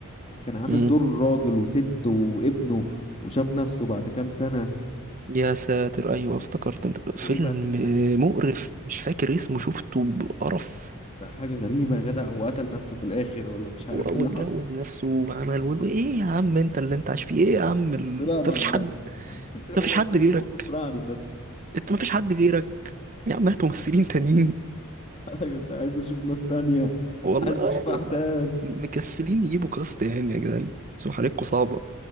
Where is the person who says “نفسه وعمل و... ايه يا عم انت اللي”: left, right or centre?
Right